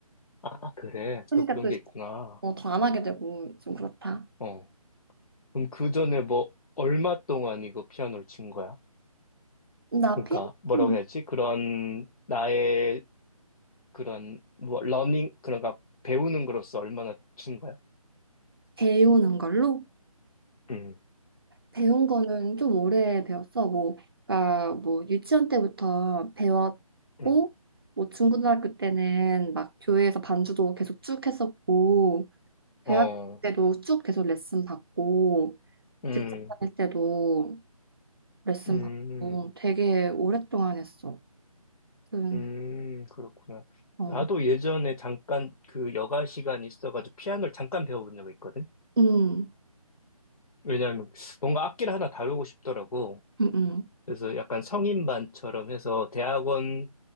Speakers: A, on the left; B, on the right.
A: 아, 그래.
B: 그러니까
A: 또 그런
B: 또
A: 게 있구나.
B: 더 안 하게 되고 좀 그렇다.
A: 어. 그럼 그 전에 뭐, 얼마 동안 이거 피아노를 친 거야?
B: 나
A: 그러니까,
B: 피아노
A: 뭐라고 해야지? 그런, 나의, 그런, 뭐, 러닝, 그런가, 배우는 거로서 얼마나 친 거야?
B: 배우는 걸로.
A: 음,
B: 배운 거는 좀 오래 배웠어. 뭐, 그러니까 뭐 유치원 때부터 배웠고,
A: 음,
B: 뭐 중고등학교 때는 막 교회에서 반주도 계속 쭉 했었고, 대학
A: 어,
B: 때도 쭉 계속 레슨 받고,
A: 음.
B: 직장 다닐 때도 레슨
A: 음,
B: 받고, 되게 오랫동안 했어. 그,
A: 음, 그렇구나.
B: 어,
A: 나도 예전에 잠깐 그 여가 시간이 있어가지고 피아노를 잠깐 배워본 적이 있거든?
B: 음,
A: 왜냐하면 뭔가 악기를 하나 다루고 싶더라고.
B: 음, 음,
A: 그래서 약간 성인반처럼 해서 대학원